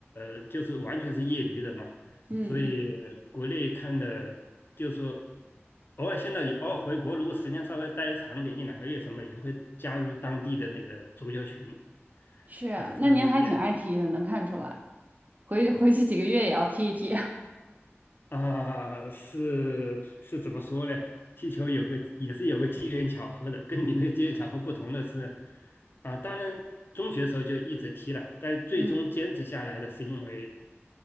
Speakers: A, on the left; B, on the right.
A: 呃，就是完全是业余的嘛，
B: 嗯嗯，
A: 所以国内看的，就是说偶尔现在也偶尔回国，如果时间稍微待长点，一两个月什么，也会加入当地的那个足球群，
B: 是啊那您还挺爱踢的，
A: 啊、所以也
B: 能看出来。回回去几个月也要踢一踢。<laughs>
A: 啊、是是怎么说呢？踢球有个也是有个机缘巧合的，跟你那个机缘巧合不同的是，啊、当然中学时候就一直踢了，但最终坚持下来的是因为。
B: 嗯